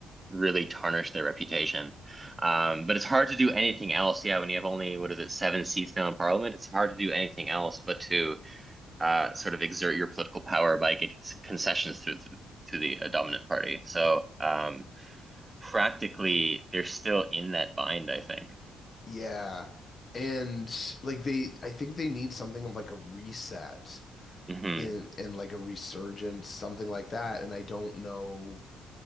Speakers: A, on the right; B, on the left.
A: really tarnished their reputation. Um, but it's hard to do anything else. Yeah, when you have only what is it, seven seats now in parliament, it's hard to do anything else but to uh, sort of exert your political power by getting concessions through to the uh, dominant party. So um, practically, they're still in that bind. I think.
B: Yeah. And like they I think they need something of like a reset
A: Mm-hmm.
B: in and like a resurgence, something like that. And I don't know